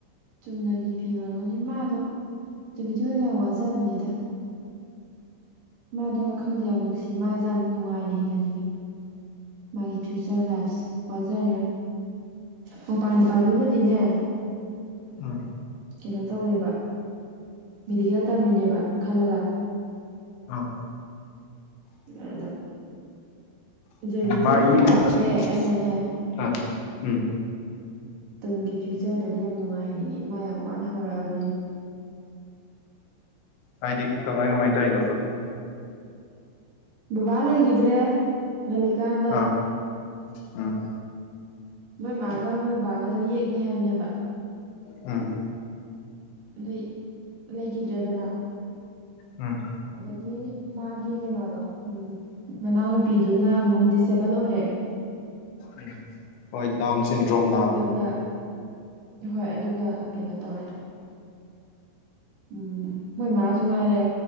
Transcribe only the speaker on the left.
ꯎꯝ
ꯑꯥ
ꯃꯥꯒꯤꯅ
ꯍꯟꯗꯛꯀꯤ
ꯑꯥ ꯎꯝ
ꯍꯥꯏꯗꯤ ꯀꯃꯥꯏ ꯀꯃꯥꯏ ꯇꯧꯏꯅꯣꯕ
ꯑꯥ ꯎꯝ
ꯎꯝ
ꯎꯝ
ꯎꯝ ꯍꯣꯏ ꯗꯥꯎꯟꯁꯟꯗ꯭ꯔꯣꯝ ꯅꯥꯕ